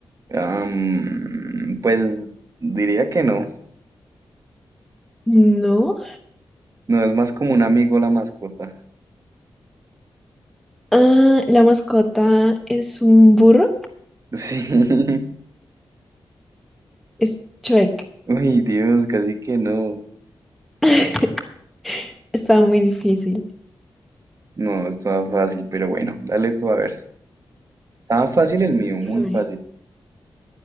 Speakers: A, on the right; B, in the centre.
A: Am, pues diría que no.
B: No.
A: No, es más como un amigo la mascota.
B: Ah, la mascota es un burro.
A: Sí. <laughs>
B: Es Chueque.
A: Uy, Dios, casi que no.
B: <laughs> Estaba muy difícil.
A: No, estaba fácil, pero bueno, dale tú a ver. Estaba fácil el mío, muy
B: A ver.
A: fácil.